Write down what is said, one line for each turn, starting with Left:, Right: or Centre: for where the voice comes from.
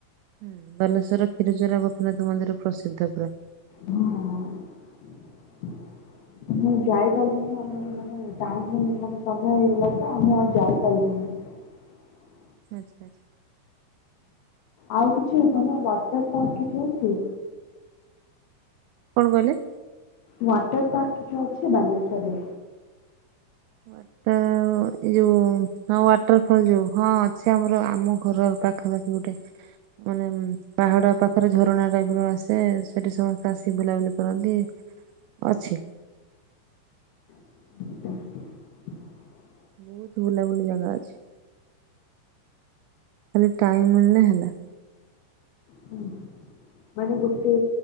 Right: ହୁଁ ବାଲେଶ୍ୱର କ୍ଷୀରଚୋରା ଗୋପୀନାଥ ମନ୍ଦିର ପ୍ରସିଦ୍ଧ ପୁରା
Left: ହଁ। <unintelligible> ମୁଁ ଯାଇପାରିଲିନି ଆମର ମାନେ ଟାଇମ୍ ହେଇଗ ସମୟ ହେଇଗଲା ତ ଆମେ ଆଉ ଯାଇପାରିଲି ହ <unintelligible>
Right: ଆଚ୍ଛା ଆଚ୍ଛା।
Left: ଆଉ କିଛି ମାନେ ୱାଟର ପାର୍କ କିଛି ଅଛି?
Right: କଲେ <unintelligible>
Left: ୱାଟର ପାର୍କ କିଛି ଅଛି ବାଲେଶ୍ଵରରେ
Right: ୱାଟର ଏ ଯୋଉ ହଁ ୱାଟର ଫଲ ଯୋଉ ହଁ ଅଛି ଆମର, ଆମ ଘର ପାଖାପାଖି ଗୋଟେ, ମାନେ ପାହାଡ ପାଖରେ ଝରଣା ଟାଇପ ର ଆସେ ସେଠି ସମ ଆସି ବୁଲାବୁଲି କରନ୍ତି, ଅଛି।
Left: <unintelligible>
Right: ବହୁତ ବୁଲାବୁଲି ଜାଗା ଅଛି। ଖାଲି ଟାଇମ ମିଳିଲେ ହେଲା।
Left: ହୁଁ <unintelligible> ମାନେ ଗୋଟେ,